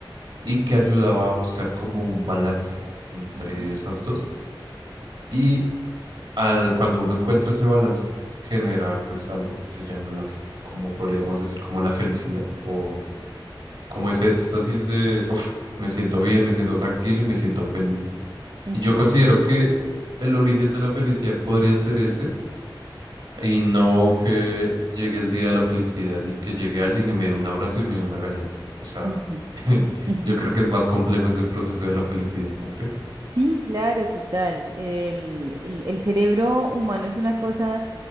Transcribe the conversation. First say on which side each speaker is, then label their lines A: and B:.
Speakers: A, on the right; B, on the right.
A: y que ayudaba a buscar como un balance entre
B: ujú,
A: esas dos. Y al, cuando uno encuentra ese balance, genera pues algo que se llama la, f- como podríamos decir, como la felicidad o como ese éxtasis de, "Uf, me siento bien, me siento tranquilo y me siento feliz.
B: ujú,
A: Y yo considero que el origen de la felicidad podría ser ese, y no que llegue el día de la felicidad y que llegue alguien y me dé un abrazo y me dé una galleta. O sea,
B: ujú,
A: <laughs>
B: ujú. <laughs>
A: yo creo que es más complejo ese proceso de la felicidad, ¿no crees?
B: Sí, claro, total. El, el- el cerebro humano es una cosa